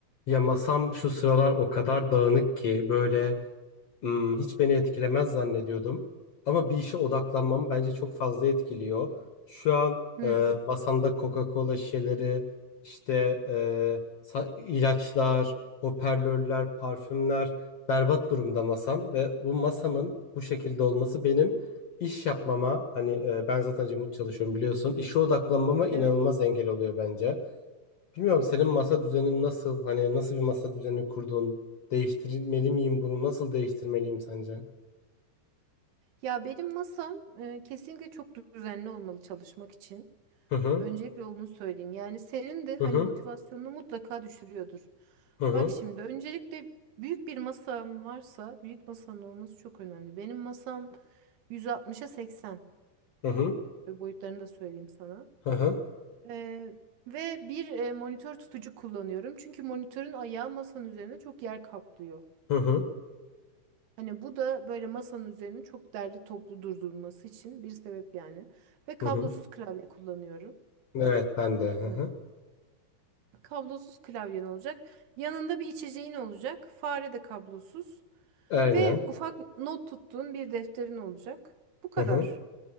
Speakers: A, on the left; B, on the right.
A: Ya masam şu sıralar o kadar dağınık ki böyle hmm, hiç beni etkilemez zannediyordum. Ama bir işe odaklanmam bence çok fazla etkiliyor. Şu an
B: Hmm,
A: e, masamda Coca-Cola şişeleri, işte e, sa- ilaçlar, hoparlörler, parfümler berbat durumda masam. Ve bu masamın bu şekilde olması benim iş yapmama, hani e, ben zaten remote çalışıyorum biliyorsun, işe odaklanmama inanılmaz
B: Evet.
A: engel oluyor bence. Bilmiyorum senin masa düzenin nasıl? Hani nasıl bir masa düzeni kurdun? Değiştirmeli miyim bunu? Nasıl değiştirmeliyim sence?
B: Ya benim masam e, kesinlikle çok düzenli olmalı çalışmak için.
A: Hı hı
B: Öncelikle onu söyleyeyim. Yani senin de hani
A: hı hı
B: motivasyonunu mutlaka düşürüyordur.
A: hı hı
B: Bak şimdi öncelikle büyük bir masan varsa büyük masanın olması çok önemli. Benim masam 160'a 80
A: hı hı
B: ve boyutlarını da söyleyeyim sana.
A: hı hı
B: E, ve bir e, monitör tutucu kullanıyorum. Çünkü monitörün ayağı masanın üzerine çok yer kaplıyor.
A: hı hı
B: Hani bu da böyle masanın üzerine çok derli toplu durdurması için bir sebep yani. Ve kablosuz
A: hı hı.
B: klavye kullanıyorum.
A: Evet ben de. Hı
B: Hmm.
A: hı.
B: Kablosuz klavyen olacak. Yanında bir içeceğin olacak. Fare de kablosuz.
A: Aynen.
B: Ve ufak not tuttuğun bir defterin olacak. Bu kadar.
A: Hı hı.